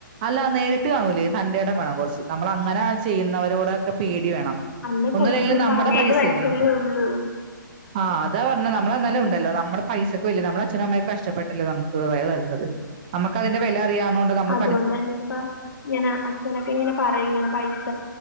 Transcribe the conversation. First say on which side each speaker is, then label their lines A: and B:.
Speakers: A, on the right; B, on the left.
A: അല്ല നേരിട്ട് കാണൂലേ തന്റെടം വേണം കൊറച്ച്. നമ്മളെ അങ്ങനെ ചെയ്യുന്നവരോടൊക്കെ പേടി വേണം.
B: അന്ന്
A: ഒന്നുല്ലെങ്കിലും
B: കൊച്ച് ഒരു
A: നമ്മടെ
B: പതിനേഴ്
A: പൈസല്ലേ?
B: വയസ്സല്ലേ ഉള്ളൂ
A: ആഹ് അതാ പർഞ്ഞെ നമ്മളന്നാലും ഉണ്ടല്ലോ നമ്മടെ പൈസക്ക് വെല നമ്മടെ അച്ഛനും അമ്മൊക്കെ കഷ്ടപ്പെട്ടല്ലേ നമുക്ക് അത് തര്ന്നത്. നമ്മക്ക് അതിന്റെ വെല അറിയാന്നൊണ്ട് നമ്മള്
B: ഓ തന്നെ പ്പ ങ്ങനാ. അച്ഛനൊക്കെ ഇങ്ങനെ പറയും ഇങ്ങനെ പൈസ